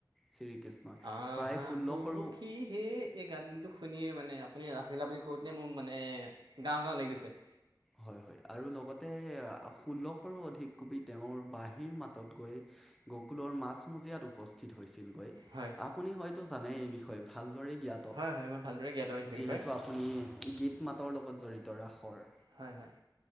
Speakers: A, in the centre; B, on the right.
A: শ্ৰীকৃষ্ণই
B: আহ
A: প্ৰায়
B: হা
A: ষোল্লশৰো
B: খু কি হে এই গানটো শুনিয়ে মানে আপুনি ৰাফিলা বুলি কওঁতে মোৰ মানে গাও গাওঁ লাগি গৈছে।
A: হয় হয়। আৰু লগতে ষোল্লশৰো অধিক কবি তেওঁৰ বাঁহীৰ মাতত গৈ গকোলত মাজ মজিয়াত উপস্থিত হৈ ছিল গৈ
B: হয়
A: আপুনি হয় তো জানেই এই বিষয় ভাল দৰে। জ্ঞাত
B: হয় হয় মই ভালদৰে জ্ঞাত সেই
A: যিহেতু
B: বিষয়ে
A: আপুনি গীত মাতৰ লগত জড়িত ৰাসৰ।
B: হয় হয়।